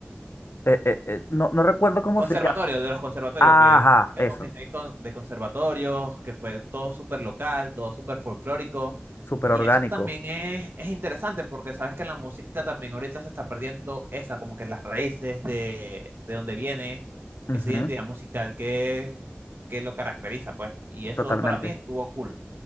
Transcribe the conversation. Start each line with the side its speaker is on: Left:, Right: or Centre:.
Left: Eh, eh, eh, no, no recuerdo cómo
Right: Conservatorio,
Left: se llama.
Right: de los conservatorios,
Left: Ajá,
Right: que hice música
Left: eso,
Right: con gente con- de conservatorios, que fue todo súper local, todo súper folclórico.
Left: súper
Right: Y
Left: orgánico.
Right: eso también es, es interesante porque sabes que la música también ahorita se está perdiendo esa, como que las raíces de, de donde viene
Left: Ujú,
Right: esa identidad musical que, que lo caracteriza, pues. Y eso
Left: totalmente.
Right: para mí estuvo cool.